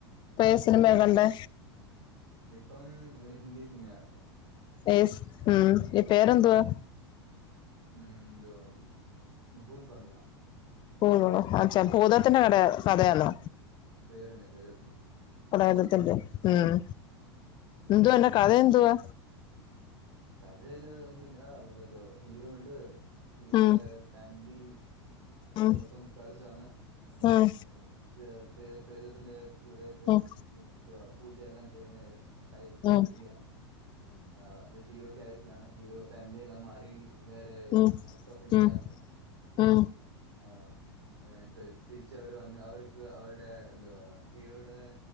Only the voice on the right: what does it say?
ആ
ഇപ്പം ഒരു ഹിന്ദി സിനിമയാ കണ്ടേ.
ഉം എന്തുവാ. ഭൂദ് ബങ്കലാ.
പ്രേതത്തിന്റെ പ്രേതത്തിന്റെ.
കഥയില്, ഒന്നുഇല്ല. <unintelligible> ഹീറോ ഉണ്ട്, ഹീറോയുടെ
ഫാമ് ലി. ചിരി
മൊത്തം കരചാന. <unintelligible>
പ്രേതത്തിന്റെ കൂടെയൊക്കെ
ത് പൂജയെല്ലാം ചെയ്യുന്നെ. ടൈപ്പ്
മൂവിയാണ് ആ അപ്പ ഹീറോ കാര്യത്തിലാണ്. ഹീറോ ഫാമിലിെല്ലാം മാറി വേറെ
ഔട്ട് ഓഫ് ഇന്ത്യ
ആന്ന്.
ആ എഡ്ഡ് തിരിച്ച് അവര് വന്ന് <unintelligible> ക്ക് അവരുടെ എന്തോ ഇവിടെ